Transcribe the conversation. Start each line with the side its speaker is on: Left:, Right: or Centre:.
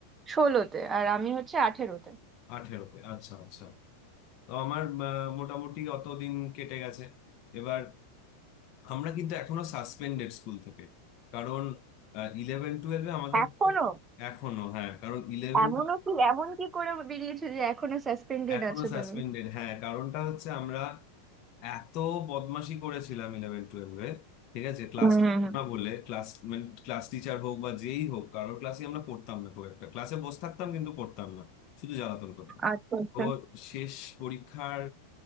Right: ষোলোতে আর আমি হচ্ছে আঠেরোতে
Left: আঠেরোতে আচ্ছা আচ্ছা তো আমার আহ, মোটামুটি অত দিন কেটে গেছে এবার আমরা কিন্তু এখনো সাসপেন্ডেড স্কুল থেকে কারণ ইলেভেন টুয়েলভে আমাদের
Right: এখনো
Left: তো এখনো হ্যাঁ কারণ ইলেভেন
Right: এমনও কি এমন কি করে বেরিয়েছো যে এখনো সাসপেন্ডেড
Left: এখনো
Right: আছো
Left: সাসপেন্ডেড
Right: তুমি
Left: হ্যাঁ কারণটা হচ্ছে আমরা এত বদমাশি করেছিলাম ইলেভেন টুয়েলভে ঠিক আছে ক্লাস
Right: হুম হুম হুম।
Left: না বলে ক্লাস মানে ক্লাস টিচার হোক বা যেই হোক কারোর ক্লাসে আমরা পড়তাম না খুব একটা ক্লাসে বসে থাকতাম কিন্তু পড়তাম না শুধু জ্বালাতন করতাম
Right: আচ্ছা আচ্ছা
Left: তো শেষ পরীক্ষার